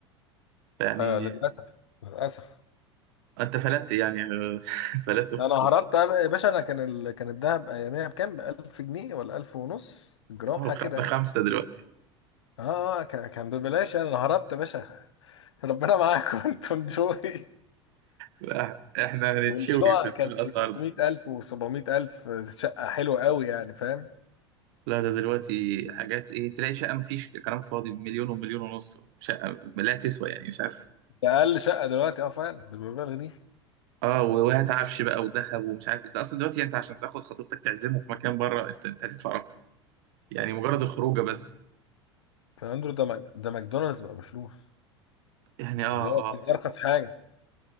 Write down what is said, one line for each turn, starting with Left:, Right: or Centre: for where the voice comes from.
Right: يعني
Left: آه للأسف للأسف
Right: انت فلت يعني <laughs> فلت في
Left: انا هربت
Right: الخط
Left: يا باشا انا كان ال... كان الدهب اياميها بكام ب 1000 جنيه ولا 1000 ونص جرام
Right: هو
Left: حاجه
Right: بخ-
Left: كده
Right: بخمسه
Left: يعني.
Right: دلوقتي
Left: اه آه، كان كان ببلاش يعني انا هربت يا باشا <laughs> ربنا معاكم انتوا انجوي <laughs>
Right: لا، احنا هنتشوي
Left: والشقق
Right: في
Left: كان
Right: في الاسعار
Left: ب 600000
Right: دي
Left: و700000 شقة حلوة قوي يعني فاهم
Right: لا ده دلوقتي حاجات ايه تلاقي شقه مفيش كلام فاضي بمليون ومليون ونص شقه لا تسوى يعني مش عارف
Left: ده أقل شقة دلوقتي اه فعلا بالمبالغ دي
Right: اه وهات عفش بقى وذهب ومش عارف انت اصلا دلوقتي انت عشان تاخد خطيبتك تعزمه في مكان بره انت انت هتدفع رقم يعني مجرد الخروجه بس
Left: يا أندرو ده مك... ده ماكدونالدز بقى بفلوس
Right: يعني اه
Left: اللي هو
Right: اه
Left: كان أرخص حاجة